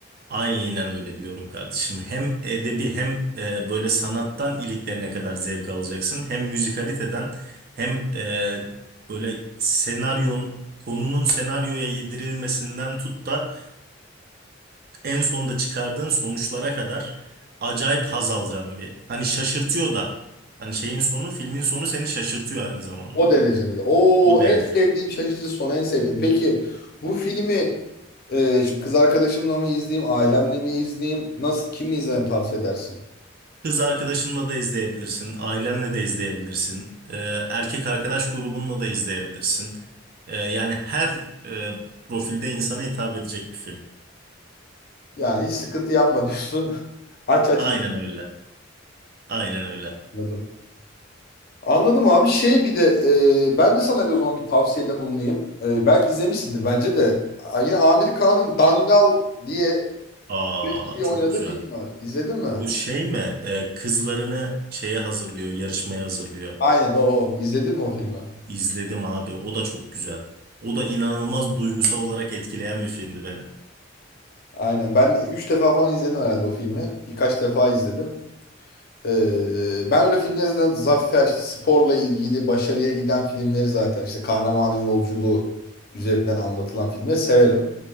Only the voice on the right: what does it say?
Aynen öyle diyorum kardeşim. Hem edebi hem e, böyle sanattan iliklerine kadar zevk alacaksın. Hem müzikaliteden hem e, böyle senaryon konunun senaryoya yedirilmesinden tut da e, en sonda çıkardığın sonuçlara kadar acayip haz alacağım bir. Hani şaşırtıyor da. Hani şeyin sonu filmin sonu seni şaşırtıyor aynı zamanda.
O derece.
Kız arkadaşınla da izleyebilirsin, ailenle de izleyebilirsin, e, erkek arkadaş grubunla da izleyebilirsin. E, yani her e, profilde insana hitap edecek bir film.
Aynen öyle, aynen öyle.
Aa
çok
güzel.
Bu şey mi? E, kızlarını şeye hazırlıyor, yarışmaya hazırlıyor.
İzledim abi, o da çok güzel. O da inanılmaz duygusal olarak etkileyen bir filmdi beni.